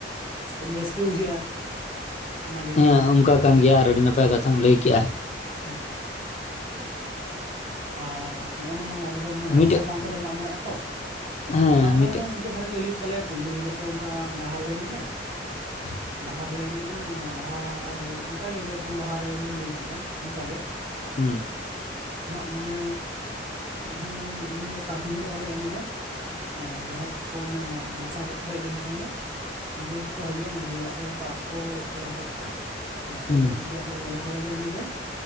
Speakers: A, on the right; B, on the left.
A: ᱠᱟᱹᱴᱤᱡ ᱨᱟᱹᱥᱠᱟᱹ ᱵᱩᱡᱷᱟᱹᱜᱼᱟ ᱚᱱᱟᱜᱮᱼᱼ
B: ᱦᱮᱸ ᱚᱱᱠᱟ ᱠᱟᱱ ᱜᱮᱭᱟ ᱟᱨ ᱟᱹᱰᱤ ᱱᱟᱯᱟᱭ ᱠᱟᱛᱷᱟᱢ ᱞᱟᱹᱭ ᱠᱮᱫᱼᱟ᱾
A: ᱦᱩᱸ ᱟᱨ ᱱᱚᱜᱼᱚ ᱱᱟ ᱟᱞᱮ ᱫᱚ ᱢᱚᱬᱮ
B: ᱢᱤᱫᱴᱮᱡ
A: ᱥᱮᱨᱢᱟ ᱚᱱᱛᱚᱨ ᱞᱮ ᱢᱟᱜ ᱢᱚᱬᱮᱜᱼᱟ ᱛᱚ
B: ᱦᱮᱸ
A: ᱢᱟᱜ ᱢᱚᱬᱮ
B: ᱢᱤᱫᱴᱮᱡ
A: ᱦᱚᱸᱼᱼ ᱤᱱᱠᱟᱹ ᱫᱷᱟᱨᱟ ᱜᱮ ᱦᱩᱭᱩᱜ ᱛᱟᱞᱮᱭᱟ ᱯᱩᱭᱞᱩ ᱦᱤᱞᱳᱜ ᱫᱚ ᱚᱱᱠᱟ ᱰᱟᱦᱟᱨ ᱞᱮ ᱮᱱᱮᱡᱼᱟ᱾
B: <inaudible>
A: ᱰᱟᱦᱟᱨ ᱞᱮ ᱮᱱᱮᱡᱼᱟ ᱰᱟᱦᱟᱨ ᱚᱱᱠᱟᱜᱮ ᱡᱮᱨᱚᱠᱚᱢ ᱵᱟᱦᱟ ᱨᱮ ᱞᱤᱧ ᱞᱟᱹᱭ ᱠᱮᱫᱼᱟ ᱚᱱᱠᱟᱜᱮ᱾
B: ᱦᱮᱸ
A: ᱢᱟᱜᱢᱚᱬᱮ ᱦᱚᱸ ᱩᱱ ᱦᱤᱞᱳᱜ ᱥᱟᱹᱨᱫᱤ ᱦᱤᱞᱳᱜ ᱦᱚᱸᱞᱮ ᱮᱱᱮᱡᱟ᱾ ᱦᱮᱸ ᱡᱟᱦᱮᱨ ᱠᱚᱠᱚ ᱢᱟᱱᱮ ᱢᱚᱸᱥᱟ ᱠᱚᱠᱚ ᱦᱮᱡ ᱞᱮᱱᱠᱷᱟᱱ ᱫᱚ ᱩᱱᱠᱩ ᱜᱮᱠᱚ ᱦᱤᱡᱩᱜᱼᱟ ᱢᱟᱺᱡᱷᱤ ᱚᱲᱟᱜ ᱨᱮ ᱚᱱᱠᱟ ᱟᱠᱚ ᱠᱚ ᱛᱚᱞ ᱦᱚᱴᱚ ᱠᱟᱜᱼᱟ᱾ ᱫᱚᱥᱟᱨ
B: ᱦᱩᱸ
A: ᱛᱮᱫ ᱤᱱᱝᱠᱟᱹ ᱟᱫᱚ ᱞᱟᱜᱽᱲᱮ ᱞᱟᱸᱜᱲᱮ